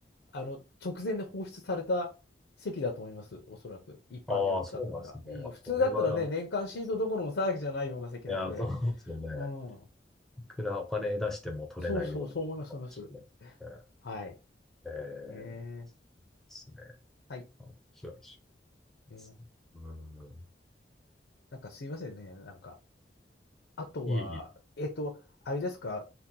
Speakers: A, on the left; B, in the centre.
A: あの、直前で放出された席だと思います、おそらく。一般に売ったんだから。
B: ああ、そうなんですね。
A: うん、
B: あ、
A: 普通だったらね、
B: それは楽ですね。
A: 年間シートどころの騒ぎじゃないような席なので、
B: いや、そうですよね。
A: うん、
B: いくらお金出しても取れないようなかもしれないですね。
A: そうそう、そう思います、そう思います。はい。
B: えーで
A: えー、
B: すね。
A: はい。
B: 面白いで
A: えー、
B: すね。うん。
A: なんかすいませんね、なんか。あとは、
B: いいいい
A: えっと、あれですか、